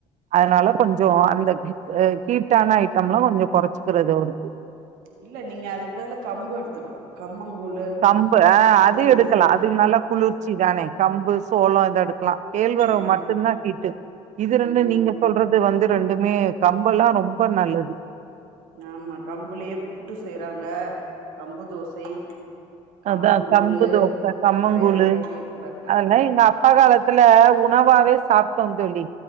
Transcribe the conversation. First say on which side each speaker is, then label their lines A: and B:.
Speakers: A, on the right; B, on the right.
A: அதுனால கொஞ்சோ அந்த அ ஹீட்டான ஐட்டம்லா கொஞ்சொ குறச்சுக்கறது அவருக்
B: இல்ல நீங்க அதுக்கு பதிலா கம்பு எடுத்துக்கலா கம்மங்கூழு
A: கம்பு அ
B: கம்பு
A: அது
B: தோசை
A: எடுக்கலா அது நல்ல குளுர்ச்சி தானே கம்பு சோளோ இத எடுக்கலா கேள்வரகு
B: ம்
A: மட்டுந்தா ஹீட்டு இது ரெண்டு
B: ம்
A: நீங்க சொல்றது அது வந்து ரெண்டுமே கம்பல்லா ரொம்ப நல்லது
B: ஆமா கம்புலயே புட்டு செய்றாங்க கம்பு தோசை கம்மங்கூழு
A: அதா கம்பு தோச கம்மங்கூழு
B: நெறைய வெரைட்டி இருக்கு பாருங்க
A: அதல்லா
B: அதுலயே
A: எங்க அப்பா காலத்துல உணவாவே சாப்ட்டோ தோழி